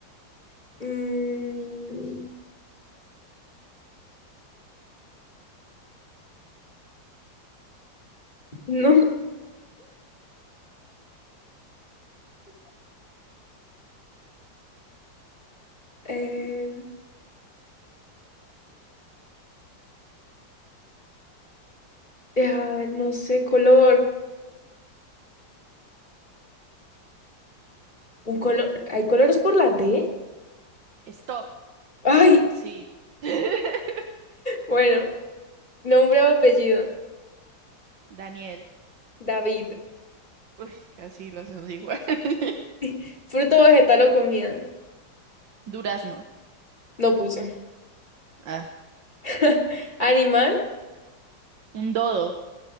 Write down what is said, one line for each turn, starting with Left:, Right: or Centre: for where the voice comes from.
Left: mm, no. eh, ah, no sé, color. Un color, ¿hay colores por la D?
Right: Stop,
Left: Ay,
Right: sí. <laughs>
Left: bueno, nombre o apellido.
Right: Daniel.
Left: David.
Right: Uy, casi lo hacemos igual. <laughs>
Left: <laughs> Fruto, vegetal o comida.
Right: Durazno.
Left: No puse.
Right: Ah,
Left: <laughs> Animal,
Right: un dodo.